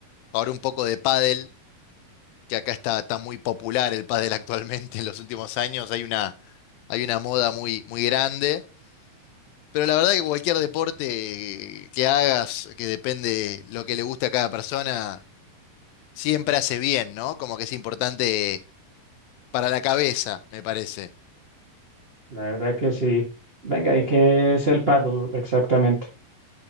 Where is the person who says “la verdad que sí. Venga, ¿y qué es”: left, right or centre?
Right